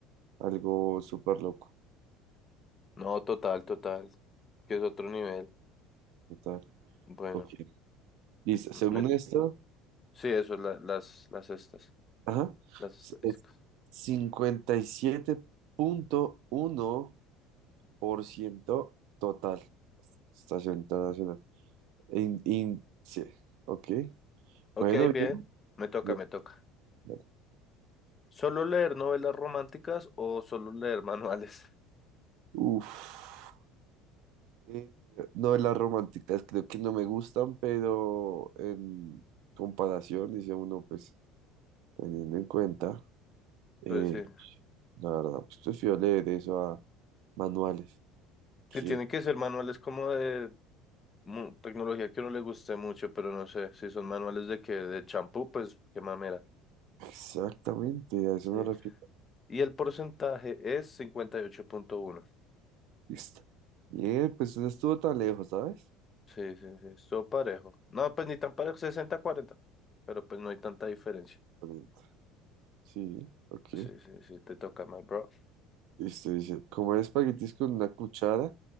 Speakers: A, on the right (about 70°); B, on the left (about 30°).
A: algo súper loco.
B: No, total, total. Que es otro nivel.
A: Total.
B: Bueno,
A: Ok. Listo. Según
B: me-
A: esto,
B: sí, eso, la- las, las estas,
A: Ajá.
B: las estadísticas.
A: Es es cincuenta y siete punto uno por ciento total. Estación internacional. In- in- sí. Ok.
B: Ok,
A: Bueno,
B: bien.
A: bien.
B: Me toca,
A: bien,
B: me toca.
A: bien.
B: ¿Solo leer novelas románticas o solo leer manuales? <laughs>
A: Uf. Eh, no, las románticas creo que no me gustan, pero en comparación, dice uno, pues teniendo en cuenta, eh,
B: Pues sí,
A: la verdad, pues prefiero leer eso a manuales. Que
B: sí tienen que ser manuales como de mu- tecnología que a uno le guste mucho, pero no sé, si son manuales de que de champú, pues qué mamera.
A: exactamente, a eso
B: Sí.
A: me refiero.
B: Y el porcentaje es cincuenta y ocho punto uno
A: Listo. Bien, pues no estuvo tan lejos, ¿sabes?
B: Sí, sí, sí, estuvo parejo. No, pues ni tan parejo, sesenta cuarenta pero pues no hay tanta diferencia.
A: Pero- Sí, ok.
B: Sí, sí, sí, te toca más, bro.
A: Listo, dice, comer espaguetis con una cuchara